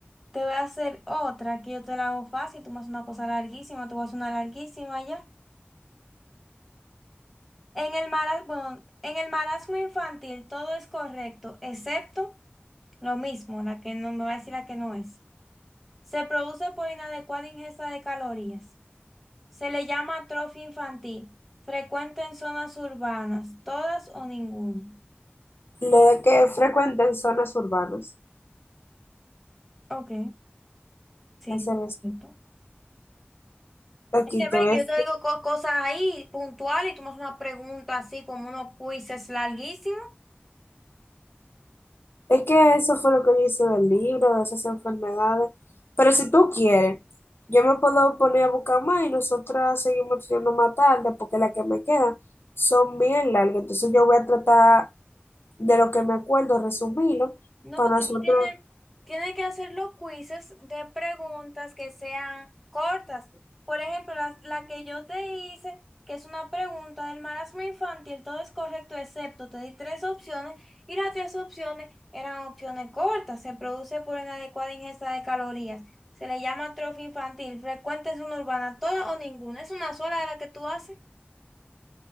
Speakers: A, in the centre; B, on the left.
A: te voy a hacer otra que yo te la hago fácil. Tú me haces una cosa larguísima, tú vas a una larguísima ya. En el marasmo, bueno, en el marasmo infantil todo es correcto, excepto lo mismo, la que no me va a decir la que no es. Se produce por inadecuada ingesta de calorías. Se le llama atrofia infantil. Frecuente en zonas urbanas, todas o ninguna.
B: Lo de que frecuenta en zonas urbanas.
A: Ok. Sí,
B: Ese
A: sí.
B: es.
A: punto.
B: Aquí
A: Es que ve
B: te ves.
A: que yo te digo co- cosas ahí puntuales y tú me haces una pregunta así como unos quizzes larguísimos.
B: Es que eso fue lo que yo hice del libro, de esas enfermedades. Pero si tú quieres, yo me puedo poner a buscar más y nosotras seguimos estudiando más tarde, porque las que me quedan son bien largas. Entonces yo voy a tratar de lo que me acuerdo, resumilo
A: No,
B: para
A: porque
B: nosotros.
A: tú tienes, tienes que hacer los quizzes de preguntas que sean cortas. Por ejemplo, la, la que yo te hice, que es una pregunta del marasmo infantil, todo es correcto excepto te di tres opciones y las tres opciones eran opciones cortas. Se produce por inadecuada ingesta de calorías. Se le llama atrofia infantil. Frecuente es una urbana, toda o ninguna. Es una sola de la que tú haces.